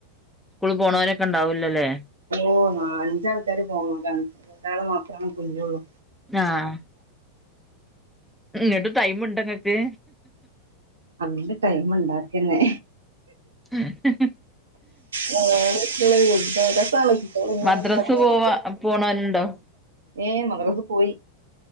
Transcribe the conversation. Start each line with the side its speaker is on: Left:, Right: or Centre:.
Centre: സ്കൂളിൽ പോണവനൊക്കെ ഉണ്ടാവൂലല്ലേ
Right: ഓ ന അഞ്ചാള് <unintelligible> പോണംതണ ഒരാള് മാത്രമാണ് കുഞ്ഞള്ളൂ
Centre: ആഹ് ഇങ്ട്ട് ടൈമുണ്ടങ്ങക്ക്
Right: അങ്ങന ടൈം ഉണ്ടാക്കന്നെ
Centre: എഹേ
Right: ഞ്ഞങ്ങളോടെക്കള്ള യുദ്ധതാ പിന്നെ
Centre: മദ്രസ്
Right: തണു
Centre: പോവാ പോണോലുണ്ടോ
Right: ഏ മദ്രസ്‌ പോയി